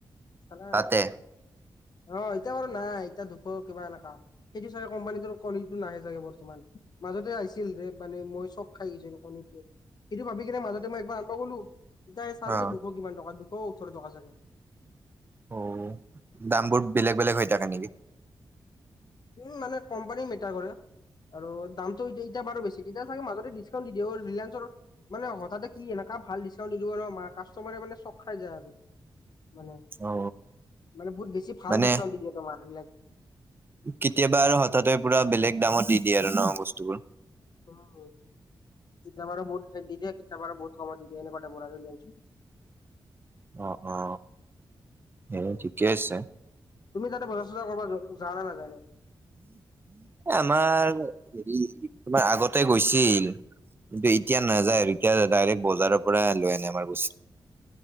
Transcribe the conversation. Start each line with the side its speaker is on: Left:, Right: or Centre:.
Left: মানে
Right: তাতে
Left: অ' এতিয়া বাৰু নাই এতিয়া দুখৰ কিবা এনেকা। সেইটো চাগে কোম্পানীটো কনীটো নাহে ছাগে বৰ্তমান, মাজতে আহিছিল যে মানে মই চক খাই গৈছো এইটো কনী প্লেট, সেইটো ভাবি কেনে মাজতে মই আনব গ'লো, তাই চালো
Right: অ
Left: যে দুশ কিমান টকা দু দুশৰ ওঠৰৰ টকা চাগে।
Right: অ' দাম বোৰ বেলেগ বেলেগ হৈ থাকে নেকি?
Left: উম, মানে কোম্পানীৰ মেটাৰ কৰে, আৰু দামটো এতিয়া এতিয়া বাৰু বেছি এতিয়া চাগে মাজতে দি ভিডিঅৰ ৰিলেঞ্চৰ' মানে হঠাতে কি এনকা ভাল দৃশ্য দিদিব ন কাষ্টমাৰে মানে চক য আৰু মানে
Right: অ
Left: মানে বহুত বেছি ভাল
Right: মানে
Left: ডিকাউণ্ট দি দিয়ে তোমাৰ
Right: কেতিয়াবা আৰু হঠাতে পুৰা বেলেগ দামত দি দিয়ে আৰু ন বস্তুবোৰ
Left: উম চীতাবাৰ বহুত দিদিয়ে চীতাপাৰ বহুত কমত দি দিয়ে এনেকোৱা টাইপৰ
Right: অ অ সেই
Left: উম।
Right: ঠিকে আছে
Left: তুমি তাতে বজা চজা কৰিব যাওঁ নে নেযাওঁ এনে
Right: আমাৰ হেৰি তোমাৰ আগতে গৈছিল কিন্তু এতিয়া নাযায় আৰু এতিয়া ডাইৰেক্ বজাৰৰ পৰা লৈ আনে আমাৰ বস্তু